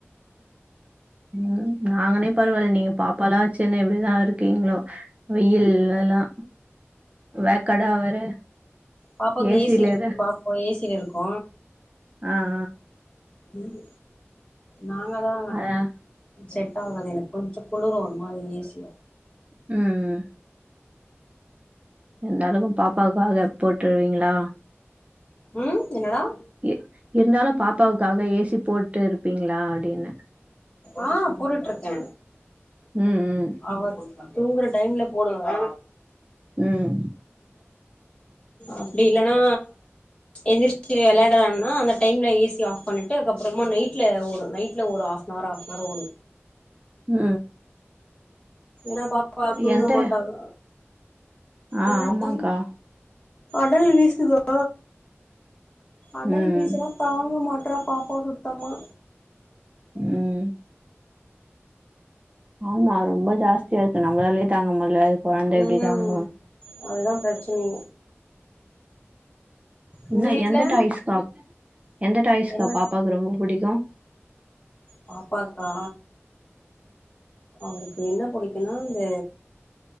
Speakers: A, on the right; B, on the left.
A: ம் நாங்கனே பரவாயில்ல நீங்க பாப்ப எல்லா வெச்சுன்னு எப்டிதா இருக்கீங்களோ வெயில்லலா வாய்கடா வேற
B: பாப்பாக்கு
A: ஏ
B: ஏசி
A: சி லதா
B: இருக்கு பாப்பா ஏசியில இருக்கு
A: ஆ ஆ
B: ம் நாங்கதா
A: அதா
B: செட் ஆகாது எனக்கு கொஞ்ச குளிரு ஒரு மாரி ஏசி
A: ம் இருந்தாளுக்கு பாப்பாவுக்காக போட்ருவீங்களா
B: ம் என்னடா
A: இ இருந்தாலு பாப்பாவுக்காக ஏசி போட்டு இருப்பீங்களா அப்டின்னு
B: ஆ போட்டு இருக்கே
A: ம் ம்
B: அவ தூங்குற டைம்ல பேடுவா
A: ம்
B: அப்டி இல்லன்னா எந்திரிச்சு வெளையாடறானா அந்த டைம்ல ஏசி ஆஃப் பண்ணிட்டு அதுப்புறமா நைட் ட்ல ஓடு நைட்ல ஒரு half an hour half an hour ஓடு
A: அ
B: ஏன்னா பாப்பா தூங்க
A: எந்த
B: மாட்டாக
A: ஆ
B: என்ன
A: ஆமாக்கா
B: டி அனல் வீசுதா அனல்
A: ம்
B: வீசுனா தாங்கு மாட்றா பாப்பா சுத்தமா
A: ம் ஆமா ரொம்ப ஜாஸ் தியா இருக்கு நம்மளாளே தாங்க முடில கொழந்த
B: ம்
A: எப்டி தாங்கு
B: அதுதா பிரச்சனையே உங்க
A: என்ன
B: வீட்ல
A: எந்த டாய்ஸ்கா எந்த டாய்ஸ்கா
B: என்ன
A: பாப்பாக்கு ரொம்ப பிடிக்கு
B: பாப்பாக்கா அவளுக்கு என்ன பிடிக்குனா இந்த